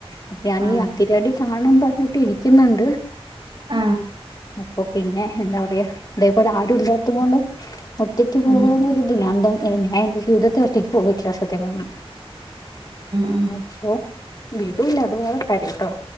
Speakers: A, on the left; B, on the right.
A: അപ്പൊ ഞാനീ
B: അതെ
A: അതിരടി കാണണംന്ന് പറഞ്ഞ് ട്ടിരിക്കുന്നൊണ്ട്.
B: ആ
A: അപ്പൊ പിന്നെ എന്താ പറയാ അതേപോലെ ആരൂല്ലാത്തും
B: ഉം
A: കൊണ്ട് ഒറ്റക്ക്
B: ഉം
A: പോവാനൊരു ഇതിലാണ്. ഇനി ഞാൻ എന്റെ ജീവിതത്തിൽ ഒറ്റക്ക് പോയിട്ടില്ല സത്യം പറഞ്ഞാൽ
B: ഉം
A: അപ്പൊ വീടൂല്ല അതുവേറെ കാര്യം കേട്ടോ.